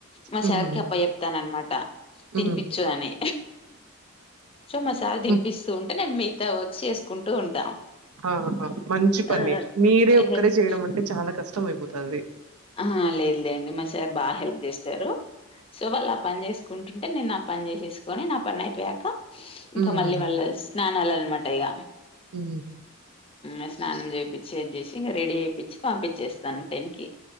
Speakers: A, on the left (about 25°); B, on the right (about 80°).
A: మా
B: హ్మ్.
A: సార్ కి అప్ప జెప్తాన అనమాట
B: హ్మ్.
A: తినిపచ్చ అనే సో మా సార్ తినిపిస్తూ
B: హ్మ్.
A: ఉంటే నేను మిగతా వర్క్ చేసుకుంటూ ఉంట
B: ఆ హ మంచి పని
A: ఆ
B: మీరే ఒక్కరే చేయడం అంటే చాలా కష్టం అయిపోతంది
A: హా లేదు లేండి మా సార్ బాగా హెల్ప్ చేసారు సో వాళ్ళు ఆ పని చేసుకుంటుంటే నేను నా పని చేసేసుకొని నా పని అయిపోయాక
B: హ్మ్.
A: ఇంక మళ్ళీ వాళ్ళు స్నానాలు అన్నమాట ఇగ
B: ఉ
A: ఉ స్నానం జేపీజేసి చేసి ఇంక రెడీ జెపిచి పంపించేస్తాను టెన్ కి